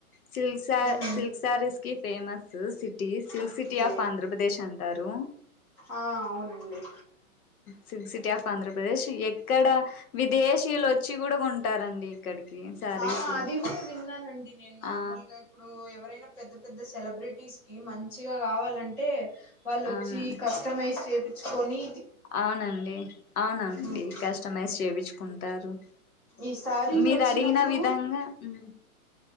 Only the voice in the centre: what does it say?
ఉమ్
okay
ఆ అవునండి
ఆ అది కూడా విన్నానండి. నేను నార్మల్
గా ఇప్పుడు ఎవరైనా పెద్ద పెద్ద సెలబ్రెటీస్ కి మంచిగా కావాలంటే వాళ్ళొచ్చి
కస్టమైజ్ చేపి పిచ్చుకొని
ఉమ్
ఈసారి
వచ్చినప్పుడు